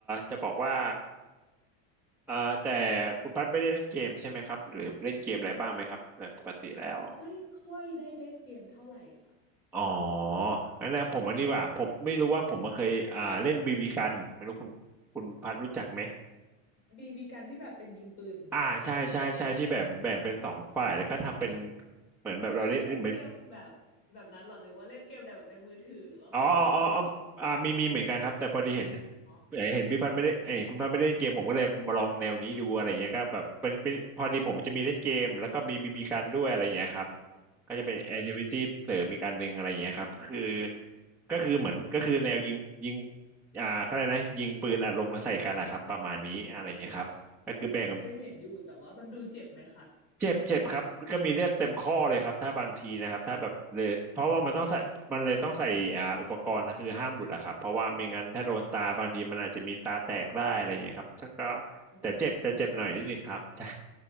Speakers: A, in the centre; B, on the left (about 35°).
A: จะบอกว่าเอ่าแต่คุณพัดไม่ได้เล่นเกมใช่ไหมครับหรือเล่นเกมอะไรบ้างไหมครับในปกติแล้ว
B: ไม่ค่อยได้เล่นเกมเท่าไหร่ค่ะ
A: อ๋องั้นนะผมอันนี้ว่าผมไม่รู้ว่าผมเคยอ่าเล่นบีบีกันไม่รู้คุณคุณพัดรู้จักไหม
B: บีบีการที่แบบเป็นยิงปืน
A: อ่าใช่ใช่ใช่ที่แบบแบ่งเป็นสองฝ่ายแล้วก็ทำเป็น
B: อ๋อเล่น
A: เหมือนแบบเราเล่นเหมือน
B: อ๋อเล่นเกมแบบแบบนั้นเหรอนึกว่าเล่นเกมในแบบในมือถือหรือว่าเกมคอนโซล
A: อ๋ออ๋ออ๋ออออ่ามีมีเหมือนกันครับแต่พอดีเห็น
B: อ๋อ
A: เห็นพี่พัดไม่ได้เอ้ยคุณพัดไม่ได้เล่นเกมผมก็เลยมาลองแนวนี้ดูอะไรเงี้ยก็แบบเป็นเป็นพอดีผมจะมีเล่นเกมแล้วก็มีบีบีกันด้วยอะไรเงี้ยครับก็จะเป็นแอคทิวิตี้เสริมอีกอันหนึ่งอะไรเงี้ยครับคือ
B: อ๋อ
A: ก็คือเหมือนก็คือแนวยิงยิงอ่าเขาเรียกนะยิงปืนอัดลมกันใส่กันนะครับประมาณนี้อะไรเงี้ยครับก็คือแบ่ง
B: อันเนี้ยเคยเห็นอยู่แต่ว่ามันดูเจ็บไหมคะ
A: เจ็บเจ็บครับก็มีเลือดเต็มข้อเลยครับถ้าบางทีนะครับถ้าแบบเลยเพราะว่ามันต้องใส่มันเลยต้องใส่อ่าอุปกรณ์คือห้ามหลุดอะครับเพราะว่าไม่งั้นถ้าโดนตาบางทีมันอาจจะมีตาแตกได้อะไรอย่างเงี้ยครับถ้าก็
B: โอ้โห
A: แต่เจ็บแต่เจ็บหน่อยนิดนึงครับ <laughs> ใช่